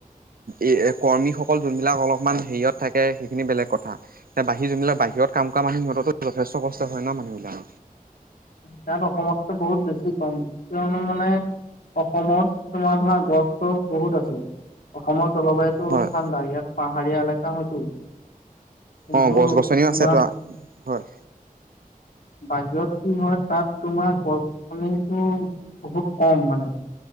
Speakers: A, on the right; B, on the left.
A: এ কৰ্মীসকল জোনবিলাক অলপমান হেইয়ত থাকে হেখিনি বেলেগ কথা। তা বাহি জোনবিলাক বাহিৰত কাম কৰা মানুহ সিহঁততো যথেষ্ট কষ্ট হয় ন মানুহবিলাক?
B: তাত অসমতো বহুত বেছি কম কিয়নো মানে অসমত তোমাৰ ধৰা গছ চছ বহুত আছে। অসমত জলবায়ুতো অলপ
A: হয়।
B: ঠাণ্ডা। ইয়াত পাহাৰীয়া এলে টা হয়তো। কিন্তু
A: অ' গছ-গছনিও
B: তোমাৰ
A: আছে তো আ হয়।
B: বাহিৰত কি হয়, তাত তোমাৰ গছ-গছনটো বহুত কম মানে।